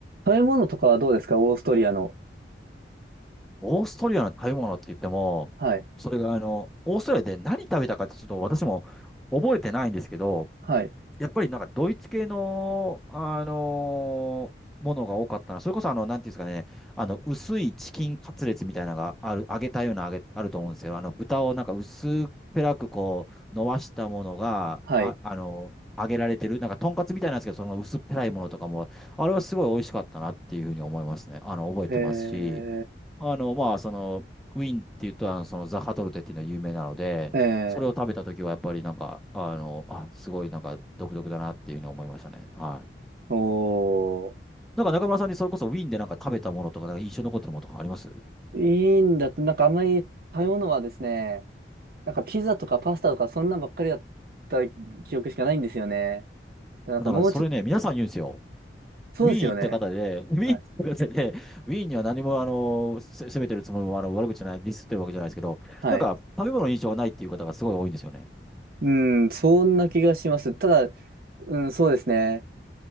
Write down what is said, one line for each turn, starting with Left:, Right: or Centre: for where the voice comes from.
Right: 食べ物とかはどうですかオーストリアの。
Centre: オーストリアの食べ物って言っても、
Right: はい。
Centre: それがあの、オーストリアで何食べたかってちょっと私も覚えてないんですけど、
Right: はい。
Centre: やっぱりなんかドイツ系の、あのーものが多かったな。それこそあの、なんていうんですかね、あの、薄いチキンカツレツみたいなのがある、揚げたような揚げ、あると思うんですよ。あの、豚をなんか薄っぺらくこう、伸ばしたものが、
Right: はい。
Centre: あ、あの、揚げられてる。なんか、とんかつみたいなんですけど、その薄っぺらいものとかも、あれはすごい美味しかったなっていうふうに思いますね。あの、覚えてますし、
Right: え
Centre: あの、まあ、その、ウィーンって言うと、あの、その、ザハトルテっていうのが有名なので、
Right: ー、え
Centre: それを食べたときは、やっぱりなんか、あの、あ、すごいなんか、独特だなっていうのを思いましたね。はい。
Right: ー、おー。
Centre: なんか中村さんにそれこそウィーンでなんか食べたものとか、なんか印象に残ってるものとかあります
Right: いいんだって、なんかあんまり食べ物はですね、なんかピザとかパスタとかそんなんばっかりだった記憶しかないんですよね。なんかもうちょっと、
Centre: なんかそれね、皆さん言うんですよ。
Right: そうですよね。
Centre: ウィーン行った方で、ウィーン行った方で、
Right: はい。
Centre: ウィーンには何もあの、せ責めてるつもりもあの悪口じゃない、ディスってるわけじゃないですけど、
Right: はい。
Centre: なんか食べ物の印象がないっていう方がすごい多いんですよね。
Right: うん、そんな気がします。ただ、うん、そうですね。